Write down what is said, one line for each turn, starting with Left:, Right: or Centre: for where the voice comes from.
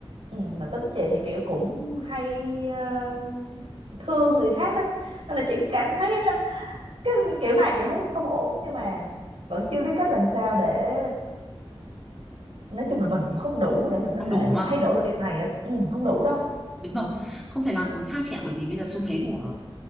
Right: ừ, mà tính chị thì kiểu cũng hay ờ, thương người khác ấy. Nên là chị cũng cảm thấy ờ, cái kiểu này chị thấy không ổn nhưng mà vẫn chưa biết cách làm sao để nói chung là mình cũng không đủ để mình có
Centre: không
Right: thể
Centre: đủ đúng
Right: mình
Centre: không
Right: thay đổi được điều này á. ừ, không đủ đâu
Centre: đúng
Right: ừ.
Centre: rồi không thể làm khác chị ạ bởi vì bây giờ xu thế của